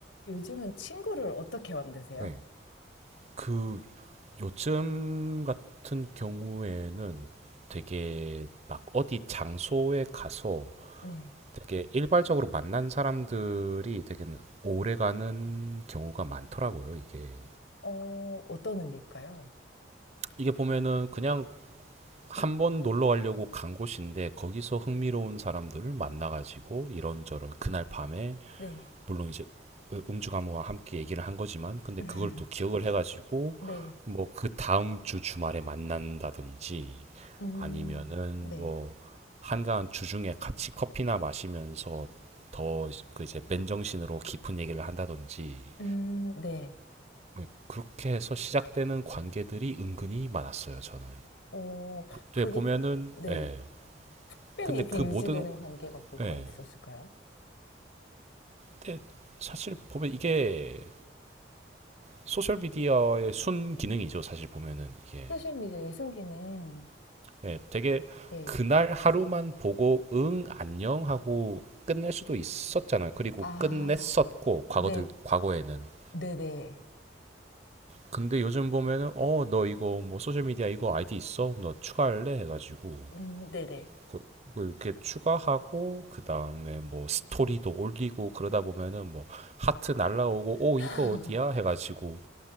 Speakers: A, on the left; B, on the right.
A: 요즘은 친구를 어떻게 만드세요?
B: 네. 그 요즘 같은 경우에는 되게 막 어디 장소에 가서
A: 네,
B: 되게 일괄적으로 만난 사람들이 되게 오래가는 경우가 많더라고요, 이게.
A: 어, 어떤 의미일까요?
B: 이게 보면은 그냥 한번 놀러 가려고 간 곳인데 거기서 흥미로운 사람들을 만나가지고 이런저런 그날 밤에
A: 네,
B: 물론 이제 음주 감호와 함께 얘기를 한 거지만 근데
A: <laughs>
B: 그걸 또 기억을 해가지고
A: 네,
B: 뭐 그 다음 주 주말에 만난다든지
A: 음,
B: 아니면은
A: 네,
B: 뭐 한가한 주중에 같이 커피나 마시면서 더 그 이제 맨정신으로 깊은 얘기를 한다든지
A: 음, 네.
B: 네, 그렇게 해서 시작되는 관계들이 은근히 많았어요 저는
A: 어,
B: 근
A: 그게,
B: 보면은
A: 네.
B: 예
A: 특별히
B: 근데
A: 이렇게
B: 그
A: 유지되는
B: 모든
A: 관계가 뭐가
B: 예
A: 있었을까요?
B: 근데 사실 보면 이게
A: 네.
B: 소셜 미디어의 순 기능이죠 사실 보면은 이게
A: 소셜미디어의 순기능,
B: 예, 되게
A: 네.
B: 그날 하루만 보고 응 안녕 하고 끝낼 수도 있었잖아요. 그리고
A: 아,
B: 끝냈었고 과거들
A: 네,
B: 과거에는.
A: 네네.
B: 근데 요즘 보면은 어 너 이거 뭐 소셜 미디어 이거 아이디 있어? 너 추가할래? 해가지고
A: 음, 네네.
B: 그- 그 이렇게 추가하고 그 다음에 뭐 스토리도 올리고 그러다 보면은 뭐 하트 날라오고 오
A: <laughs>
B: 이거 어디야? 해가지고